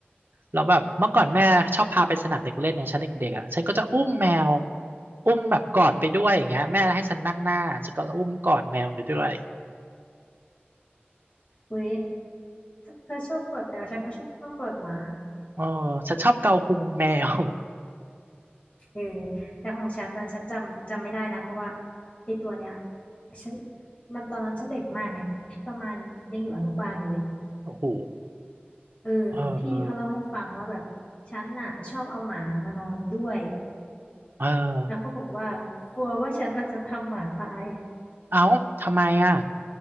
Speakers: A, on the right (about 60°); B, on the left (about 35°).
A: แล้วแบบเมื่อก่อนแม่ชอบพาไปสนามเด็กเล่นเนี่ยฉันเด็กๆอ่ะฉันก็จะอุ้มแมวอุ้มแบบกอดไปด้วยอย่างเงี้ยแม่ให้ฉันนั่งหน้าฉันก็อุ้มกอดแมวไปด้วย
B: อุ๊ยเธอชอบกอดแมวฉันก็ชอบกอดหมา
A: เออฉันชอบเกาพุงแมว
B: เออแต่ของฉันนะฉันจำจำไม่ได้นะเพราะว่าไอ้ตัวเนี้ยฉันมันตอนนั้นฉันเด็กมากไงประมาณยังอยู่อนุบาลอยู่เลย
A: <laughs> โอ้โห
B: เออพี่เขาเล่าให้ฟังว่าแบบฉันน่ะชอบเอาหมามานอนด้วย
A: เออเออเออ
B: แล้วเขาบอกว่ากลัวว่าฉันน่ะจะทำหมาตาย
A: เอ้าทำไมอ่ะ